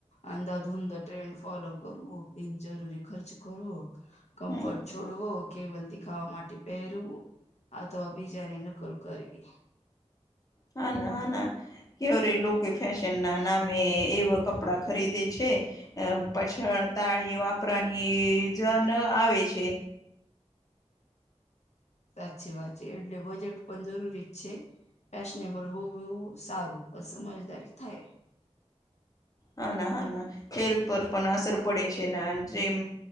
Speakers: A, on the left (about 70°); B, on the left (about 30°).
A: અંધાધૂંધ ટ્રેન્ડ ફોલો કરવું બિનજરૂરી ખર્ચ કરું કમ્ફર્ટ
B: હમ
A: છોડવો કેવલ દીખાવા માટે પહેરવું અથવા બીજાની નકલ કરવી
B: હના હના કેવરે લોકો ફેશન ના નામે એવા કપડાં ખરીદે છે. અ પછળ તાળી વાપરાની જન આવે છે.
A: સાચી વાત છે એટલે બજેટ પણ જરૂરી જ છે. ફેશનેબલ હોવું એવું સારું પણ સમજદારી થાય.
B: હા ના હા ના હેલ્થ પર પણ અસર પડે છે જેમ